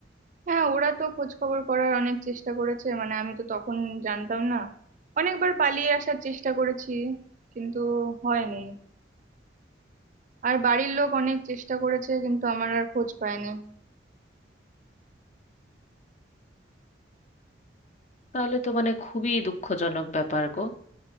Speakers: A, on the right (about 40°); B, on the left (about 40°).
A: হ্যাঁ ওরা তো খোঁজ খবর করার অনেক চেষ্টা করেছে মানে আমি তো তখন জানতাম না অনেকবার পালিয়ে আসার চেষ্টা করেছি কিন্তু হয়নি আর বাড়ির লোক অনেক চেষ্টা করেছে কিন্তু আমার আর খোঁজ পায়নি
B: তাহলে তো মানে খুবই দুঃখজনক ব্যাপার গো